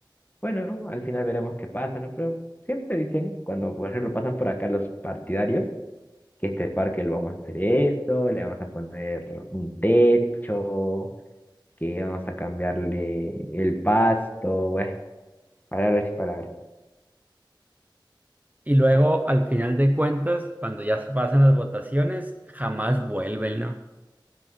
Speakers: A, on the left; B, on the right.
A: Bueno, al final veremos qué pasa, ¿no? Pero siempre dicen, cuando por ejemplo pasan por acá los partidarios, que este parque lo vamos a hacer esto, le vamos a poner un techo, que vamos a cambiarle el pasto, bueno, palabras y palabras.
B: Y luego, al final de cuentas, cuando ya se pasan las votaciones, jamás vuelven, ¿no?